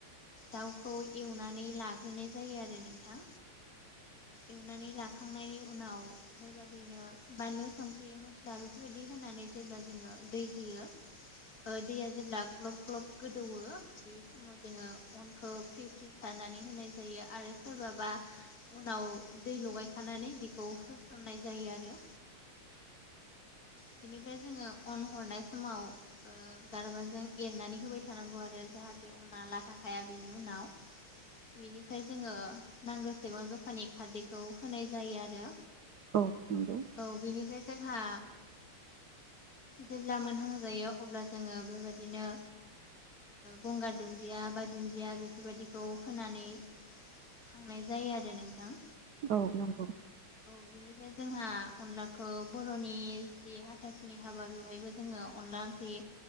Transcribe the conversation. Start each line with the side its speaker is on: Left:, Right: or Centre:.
Left: दाावखौ एवनानै लाग्रोनाय जायो आरो नोंथां। एवनानै लाखांनायनि उनाव बेबायदिनो बानलु संख्रि मस्ला बेफोरबायदि होनानै जेब्ला जोङो दै होयो दैया जेब्ला ग्लब ग्लब गोदौवो बे समाव जोङो अनखौ फ्रि फ्रि सारनानै होनाय जायो आरो सोरबाबा उनाव दै लगायखानानै बेखौ होसननाय जायो आरो बिनिफ्राय जोङो अन हरनाय समाव गारबाजों एरनानै होबाय थानांगौ आरो जाहाथे उना लाथाखाया बिनि उनाव बेनिफ्राय जोङो नांगौसेबां जखानि खारदैखौ होनाय जायो आरो
Right: औ नौ
Left: औ बेनिफ्राय जोंहा जेब्ला मोनहां जायो अब्ला जोङो बेबायाददिनो गंगार दुन्दिया बा दुन्दिया बेफोरबायाददिखौ होनानै थांनाय जायो आरो नोंथां।
Right: औ नंगौ
Left: औ बेनिफ्राय जोंहा अनलाखौ बर'नि जि हाथासनि हाबा बेवहायबो जोङो अनला ओंख्रि